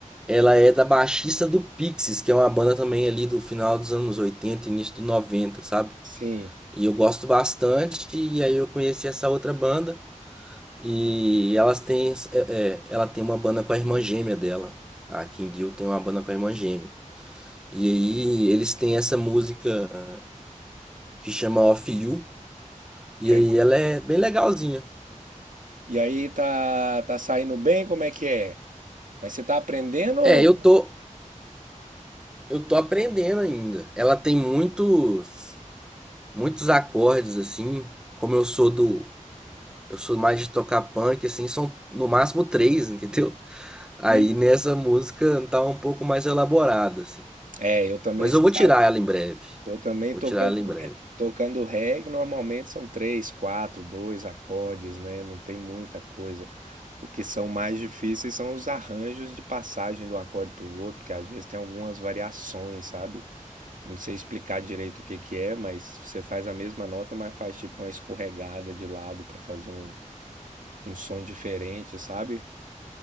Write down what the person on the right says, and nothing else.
Sim.
E aí?
E aí tá tá saindo bem? Como é que é? Mas você tá aprendendo ou...
Hum.
É, eu também,
você
sabe.
Eu também
tocando,
re- tocando reggae, normalmente são três, quatro, dois acordes, né? Não tem muita coisa. O que são mais difíceis são os arranjos de passagem de um acorde para o outro, porque às vezes tem algumas variações, sabe? Não sei explicar direito o que que é, mas você faz a mesma nota, mas faz tipo uma escorregada de lado para fazer um, um som diferente, sabe?